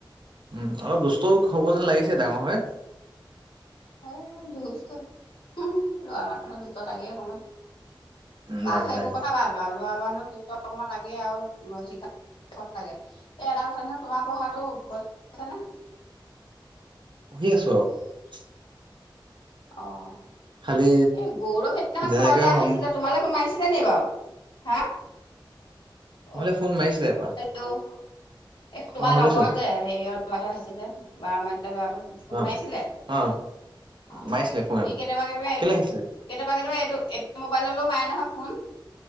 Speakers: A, on the right; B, on the left.
A: উম, অলপ দুষ্টও হ'ব যেন লাগিছে ডাঙৰ হয়।
B: এ দুস্থ লৰা মাৰ দুস্থ লাগে অকমান।
A: উম
B: বা
A: লাগে
B: সেইবোৰ
A: লাগে।
B: কথা বাদ বা ল'ৰা মানুহ দুষ্ট অকমান লাগেই আৰু চব লাগে স এটা কথা নহয় তোমাৰ পঢ়াটো হৈছে নে?
A: পঢ়ি আছো আৰু।
B: অ',
A: খালি
B: এই গৌৰৱ সেইদিনাখন
A: যেনেকে
B: ঘৰলে
A: সম
B: আহিছিলে তোমালে ফোন মাৰিছিল নি বাৰু হা?
A: মোলে
B: অহ
A: ফোন মাৰিছিলে এবাৰ
B: হেল্ল' এই তোমাৰ
A: অ শুনিছো
B: লগৰ যে হেৰিয়ত ল'ৰাটো আহিছিলে বাৰ মাইল ল'ৰাটো ফোন
A: অ
B: মাৰিছিলে?
A: অ
B: অহ
A: মাৰিছিলে ফোন
B: কেতিয়াবা কেতিয়াবা
A: কেলে
B: এইটো
A: আহিছিলে
B: কেতিয়াবা কেতিয়াবা এইটো এইটো এটো মোবাইললৈও মায়ে নহয় ফোন।